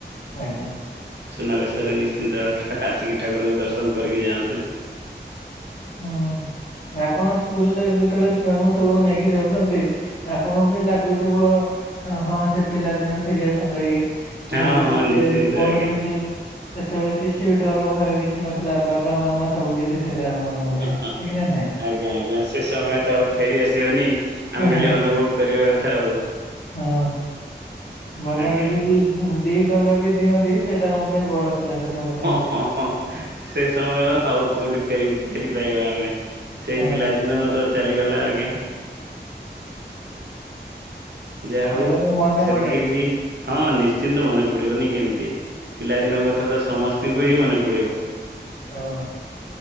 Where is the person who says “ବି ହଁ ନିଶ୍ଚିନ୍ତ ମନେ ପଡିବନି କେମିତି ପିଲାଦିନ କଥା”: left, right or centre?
Right